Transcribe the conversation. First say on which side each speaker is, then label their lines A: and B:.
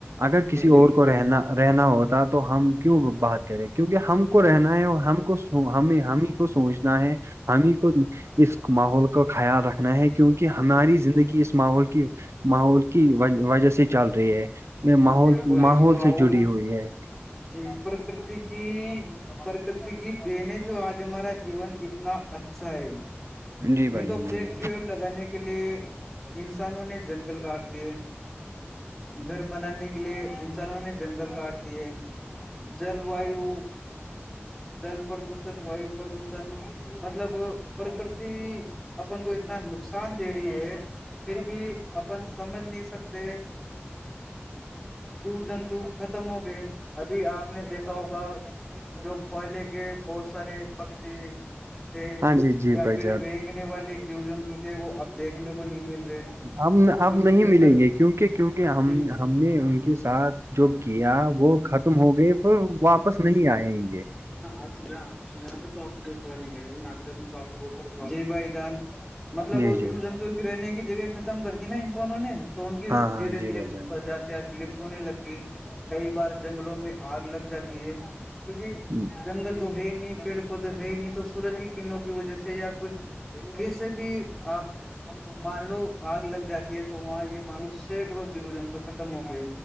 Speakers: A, on the right; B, in the centre.
A: اگر کسی
B: بالکل
A: اور کو رہنا رہنا ہوتا تو ہم کیوں بات کریں کیونکہ ہم کو رہنا ہے اور ہم کو ہم ہم ہی کو سوچ نہ ہے ہم ہی کو اس ماحول کا خیال رکھنا ہے کیونکہ ہماری زندگی اس ماحول کی ماحول کی وجہ سے چل رہی ہے یہ ماحول
B: بالکل
A: ماحول
B: ہی محول
A: سے جڑی ہوئی ہے
B: جی پرک کی پرکتی کی دنے جو آج ہمارا جیون اتنا اچھا ہے
A: جی
B: نہیں
A: بھائی
B: تو
A: جان جی
B: فیکٹری
A: بھائی جان
B: اور لگانے کی کے لیے انسانوں نے جنگل کاٹ دی گھر بنانے کے لیے انسانوں نے جنگل کاٹ دیے جل ویو جل پردوشن ویو پردوشن مطلب پرکرتی اپن کو اتنا نقصان دے رہی ہے پھر بھی اپن سمجھ نہیں سکتے جیو جنتو ختم ہو گئے ابھی آپ نے دیکھا ہوگا جو پہلے کے بہت سارے پکشی تھے
A: ہاں جی جی
B: یا
A: بھائی
B: پھر
A: جان
B: رینگنے والے جیو جنتو تھے وہ اب دیکھنے کو نہیں مل رہے
A: اب
B: کیونکہ
A: اب نہیں
B: جنگل
A: ملیں گے کیونکہ کیونکہ ہم
B: جی
A: ہم نے ان کے ساتھ جو کیا وہ خت ت ہوگئے پ واپس نہیں آئےیں گے
B: آچا یہاں پہ تو آپ کو بہت سوال نہیں کرے باں تو آپ بہت سارے سال ج بھائی جان مطلب
A: جی
B: وہ جیو
A: جی
B: جنتو کی رہنے کی جگہ ختم کرتی نا انسانوں نے تو ان کی
A: ہاں ہاں
B: دھیرے
A: جی
B: دھیرےات
A: بھائی جان
B: لپت ہونے لگ گئی کئی بار جنگلوں میں آگ لگ جاتی ہے کیونکہ
A: ہوں
B: جنگل تو ہے ہی نہیں پیڑ پودے ہے ہی نہیں تو سورج کی کنوں کی وجہ سے یا کچھ کیسے بھی آپ مان لو آگ لگ جاتی ہے تو وہاں یہ مان لو سینکڑوں جو جنتو ختم ہو گئے